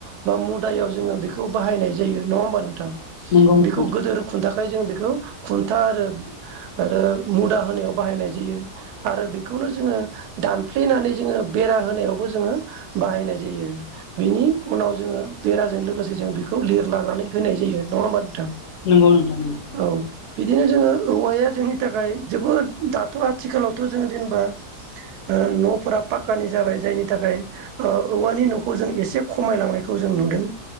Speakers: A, on the right (about 85°); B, on the left (about 65°).
A: बा मुदायाव जोंङो बेखौ बाहायनाय जायो नंङा होमबा नोंथां
B: नंगौ
A: बेखौ
B: नोंथां
A: गोदोर खुथा खाय जों बेखौ खुन्था आरो आरो मुदा होनायाव बाहायनाय जायो आरो बेखौनो जोंङो दानफ्लेनानै जोंङो बेरा होनायावबो जोंङो बाहायनाय जायो बेनि उनाव जोंङो बेराजों लोगोसे जों बेखौ लिरलानानै होनाय जायो नंङा होमबा नोंथां
B: नोंगौ नोंथां नोंगौ
A: औ बिदिनो जोंङो औवाया जोंनि थाखाय जोबोद दाथ आथिखालावथ जोंङो जेनेबा ओ नफोरा पाक्कानि जाबाय जायनि थाखाय ओ औवानि नखौ जों एसे खमायलांनायखौ जों नुदों